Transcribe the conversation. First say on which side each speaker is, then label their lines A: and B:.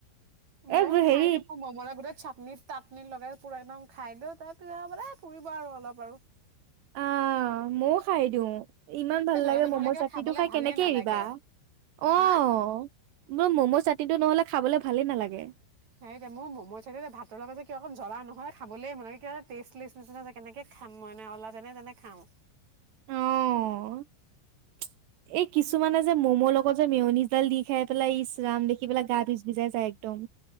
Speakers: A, on the right; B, on the right.
A: মইও
B: এই
A: খাই
B: হেৰি
A: দিম মলমলাই গোটেই চাটনিত তাত্নি লগাই পুৰা একদম খাই দিলো তাৰপিছত বুলে পুৰিব আৰু অলপ আৰু।
B: অ', মইও খাই দিওঁ, ইমান ভাল
A: এই জ্বলাটো
B: লাগে ম'ম'
A: নহ'লে কিবা
B: চাটনিটো
A: খাবলে
B: খাই
A: ভালেই
B: কেনেকে
A: নালাগে
B: এৰিবা? আহ
A: হা
B: মোৰ ম'ম' চাটনিটো নহলে খাবলৈ ভালেই নালাগে।
A: সেই মোৰ ম'মৰ চাটনি যে ভাতৰ লগত যে কিয় অকন জ্বলা নোহোৱাকে খাবলে মানে কিবা এটা টেষ্ট <unintelligible> কেনেকে খাম মানে অলপ যেনে তেনে খাওঁ।
B: অ <unintelligible> এই কিছুমানে যে ম'ম' লগত যে মেয়নিজডাল দি খাই পেলাই ইচ ৰাম দেখি পেলাই গা বিজ বিজাই যায়। তম